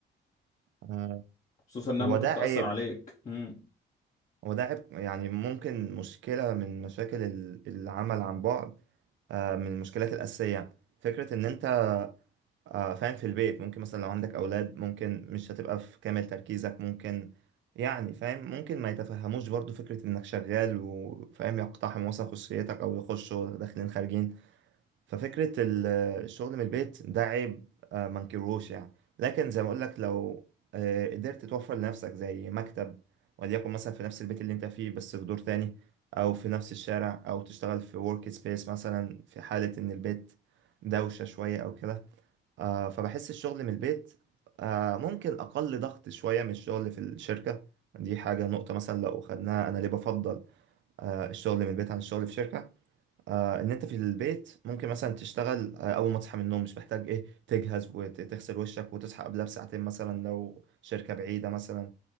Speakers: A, on the right; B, on the left.
A: آه،
B: خصوصا انها
A: هو
B: ممكن
A: ده
B: تأثر
A: عيب
B: عليك امم
A: هو ده عيب يعني ممكن مشكلة من مشاكل ال- العمل عن بعد آه، من المشكلات الأساسية فكرة إن أنت آه، فاهم في البيت ممكن مثلا لو عندك أولاد ممكن مش هتبقى في كامل تركيزك ممكن يعني فاهم ممكن ما يتفهموش برضو فكرة إنك شغال وفاهم يقتحم مثلا خصوصيتك أو يخشوا داخلين خارجين ففكرة ال- الشغل من البيت ده عيب آه، ما انكروش يعني لكن زي ما أقول لك لو آه، قدرت توفر لنفسك زي مكتب وليكن مثلا في نفس البيت اللي أنت فيه بس في دور تاني أو في نفس الشارع أو تشتغل في ورك سبيس مثلا في حالة إن البيت دوشة شوية أو كده آه، فبحس الشغل من البيت آه، ممكن أقل ضغط شوية من الشغل في الشركة دي حاجة نقطة مثلا لو خدناها أنا ليه بفضل آه، الشغل من البيت عن الشغل في شركة آه، إن أنت في البيت ممكن مثلا تشتغل آه، أول ما تصحى من النوم مش محتاج إيه تجهز وتغسل وشك وتصحى قبلها بساعتين مثلا لو شركة بعيدة مثلا